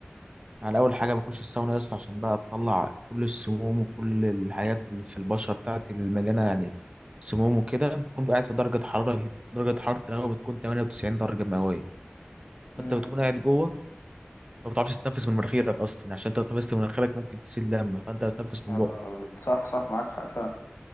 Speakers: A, on the right; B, on the left.
A: يعني اول حاجه بخش الساونا يا اسطى عشان بقى اطلع كل السموم وكل الحاجات اللي في البشره بتاعتي اللي مليانه يعني سموم وكده بكون قاعد في درجه حراره درجه حراره الهواء بتكون 98 درجه مئويه
B: امم
A: فانت بتكون قاعد جوه ما بتعرفش تتنفس من مناخيرك اصلا عشان انت لو تنفست من مناخيرك ممكن تسيل دم فانت بتنفس من
B: يا
A: بقك
B: نهار ابيض صح صح معاك حق فعلا